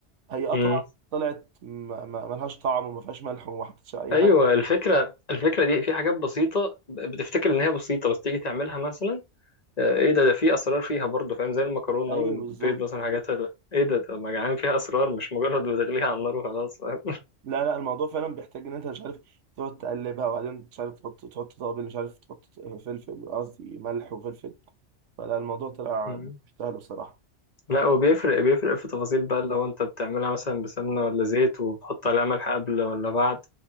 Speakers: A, on the right; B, on the left.
A: هي اه
B: مم.
A: طبعا طلعت ما ما- ملهاش طعم وما فيهاش ملح وما حطيتش اي
B: ايوه
A: حاجه
B: الفكره الفكره دي في حاجات بسيطه ب- بتفتكر ان هي بسيطه بس تيجي تعملها مثلا آه، ايه ده ده في اسرار فيها برضه فاهم زي المكرونه
A: ايوه
B: والبيض
A: بالظبط
B: مثلا حاجات ال- ايه ده ده ما جعان فيها اسرار مش مجرد بتغليها على النار وخلاص فاهم
A: لا لا الموضوع فعلا بيحتاج ان انت مش عارف تقعد تقلبها وبعدين مش عارف تحط تحط توابل مش عارف تحط فلفل قصدي ملح وفلفل فلا الموضوع طلع
B: <laughs>
A: مش سهل بصراحه
B: لا هو بيفرق بيفرق في تفاصيل بقى لو انت بتعملها مثلا بسمنة ولا زيت وبتحط عليها ملح قبل ولا بعد